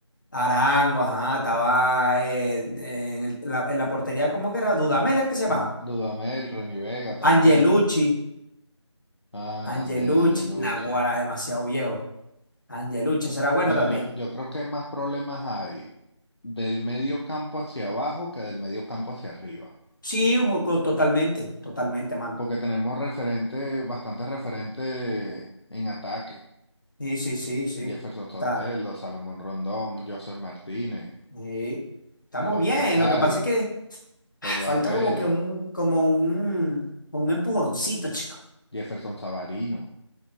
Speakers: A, on the left; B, on the left.
A: Arango, ajá, estaba eh, en, el- en la, en la portería, ¿cómo que era? Dudamel, ¿era que se
B: mm,
A: llamaba?
B: Dudamel, Reni Vega también.
A: Angelucci,
B: Ah,
A: Angelucci,
B: también Angelucci.
A: Naguara, demasiado viejo. Angelucci, será bueno
B: Bueno,
A: también.
B: yo, yo creo que más problemas hay del medio campo hacia abajo que del medio campo hacia arriba.
A: Sí, hubo co- totalmente, totalmente, mano.
B: Porque tenemos referentes, bastantes referentes en ataque.
A: Sí, sí, sí, sí.
B: Jefferson Sotelo,
A: Está,
B: Salomón Rondón, Joseph Martínez,
A: sí. Estamos
B: John
A: bien,
B: Dercadi,
A: lo que pasa es que ah,
B: Eduard
A: falta
B: Bello,
A: como que un, como un, como un empujoncito, chico.
B: Jefferson Savarino.